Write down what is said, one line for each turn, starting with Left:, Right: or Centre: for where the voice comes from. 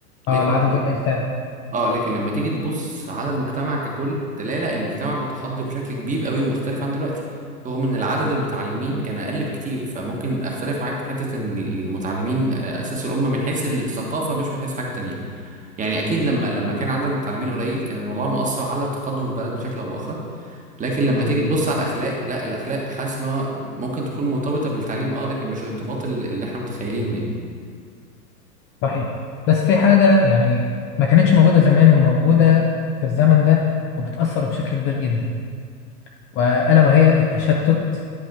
Right: لكن
Left: اه العدد قليل فعلا
Right: اه لكن لما تيجي تبص على المجتمع ككل تلاقي لا المجتمع متحضر بشكل كبير قوي ومختلف عن دلوقتي رغم ان العدد المتعلمين كان اقل بكتير فممكن اختلف معاك في حتة ان المتعلمين آه، اساس الامة من حيث الثقافة مش من حيث حاجة تانية يعني اكيد لما لما كان عدد المتعلمين قليل كان الموضوع مؤثر على تقدم البلد بشكل او باخر لكن لما
Left: صحيح
Right: تيجي تبص على الاخلاق لا الاخلاق حاسس ان هو ممكن تكون مرتبطة بالتعليم اه لكن مش الارتباط ال- اللي احنا متخيلينه يعني
Left: صحيح بس في حاجة يعني ما كانتش موجودة زمان وموجودة في الزمن ده وبتأثر بشكل كبير جدا وألا وهي التشتت